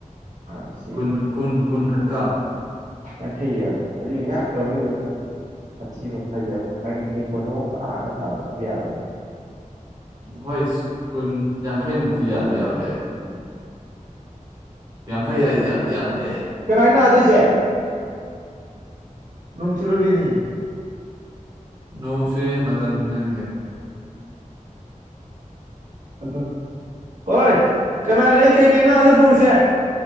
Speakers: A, on the right; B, on the right.
A: ꯍꯥꯡꯁꯤ
B: ꯀꯨꯟ
A: ꯑꯃꯨꯛ
B: ꯀꯨꯟ ꯀꯨꯟ ꯈꯛꯇꯥꯡ
A: ꯌꯥꯡꯈꯩꯑꯕ ꯑꯗꯨ ꯉꯥꯛ ꯇꯧꯔꯒ ꯑꯗꯨꯝ ꯃꯔꯝ ꯃꯊꯤꯃꯨꯛ ꯐꯥꯏꯖꯕ ꯑꯃ <unintelligible> ꯁꯥꯗꯕꯗꯤ ꯌꯥꯔꯣꯏꯕ
B: ꯍꯣꯏ ꯀꯨꯟ ꯌꯥꯡꯈꯩꯃꯨꯛꯇꯤ ꯌꯥꯗꯤ ꯌꯥꯕ ꯌꯥꯏ
A: <inaudible>
B: ꯌꯥꯡꯈꯩ ꯍꯥꯏꯖꯦ ꯌꯥꯝꯗꯤ ꯌꯥꯝꯗꯦꯍ
A: ꯀꯅꯥꯥꯏꯅ ꯑꯗꯩꯁꯦ ꯅꯣꯡ ꯆꯨꯔꯛꯂꯤꯅꯤ
B: ꯅꯣꯡ ꯆꯨꯔꯛꯏꯖꯦ ꯃꯇꯝꯁꯤꯅꯅꯤ ꯀꯩꯅꯣ
A: ꯑꯗꯨ ꯑꯣꯏ ꯀꯅꯥ ꯂꯩ ꯀꯩꯀꯩꯅꯣ ꯑꯗꯥ ꯐꯧꯔꯤꯁꯦ